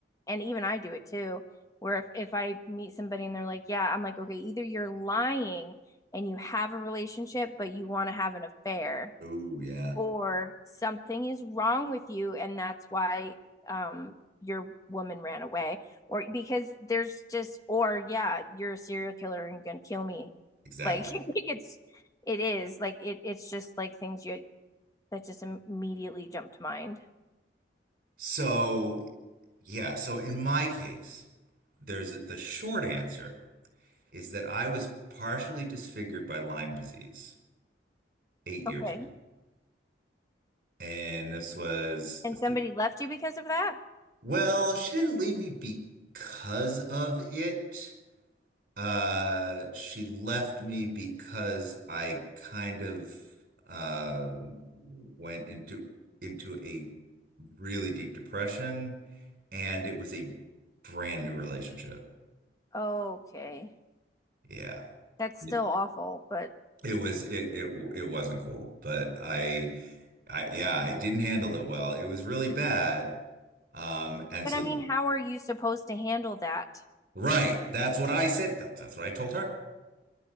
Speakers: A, on the left (about 20°); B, on the right (about 50°).
A: and even I do it too, where if, if I meet somebody and they're like, yeah, I'm like, okay, either you're lying and you have a relationship, but you want to have an affair.
B: Oh, yeah,
A: or something is wrong with you and that's why um your woman ran away or because there's just or yeah you're a serial killer and gonna kill me
B: exactly.
A: like <laughs> it's it is like it it's just like things you that just immediately jump to mind
B: So, yeah, so in my case, there's the short answer is that I was partially disfigured by Lyme disease eight years
A: okay
B: ago. And this was,
A: and
B: let's
A: somebody
B: see.
A: left you because of that
B: Well, she didn't leave me because of it. Uh, she left me because I kind of um went into into a really deep depression, and it was a brand new relationship.
A: okay
B: Yeah.
A: that's still
B: It
A: awful but
B: was it it it wasn't cool, but I I yeah, I didn't handle it well. It was really bad. Um, and
A: but
B: so
A: i mean how are you supposed to handle that
B: right, that's what I said. That's that's what I told her.